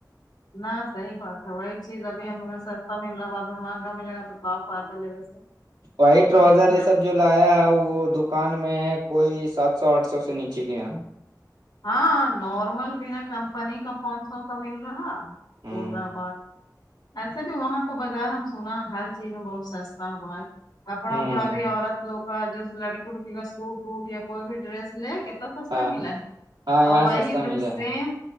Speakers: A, on the left (about 85°); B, on the right (about 80°).
A: نہ صحیح بات ہے وہی چیز ابھی ہم سستا مل رہا ہے بعد میں مہنگا ملے تو آپ فائدہ لے ویسے
B: وائٹ روزر
A: ہے کہ
B: یہ
A: نا
B: سب جو لایا ہے وہ دکان میں ہے کوئی سات سو آٹھ سو سے نیچے کی یہاں
A: ہاں نارمل بنا کمپنی کا پانچ سو کا مل رہا
B: ہوں
A: بول رہ بعد ایسے بھی وہاں کا بازار ہم سنا ہر چیز میں بہت سستا ہے باہت کپڑا
B: ہوں
A: وپڑا بھی عورت لوگ کا جو لڑکی وڑکی کا سوٹ ووٹ یا کوئی بھی ڈریس لے کہ تو سستا
B: ہاں
A: ملا ہے
B: ہاں یہاں
A: اور وہی
B: سستا
A: ایک دم
B: ملے
A: سیم
B: ہے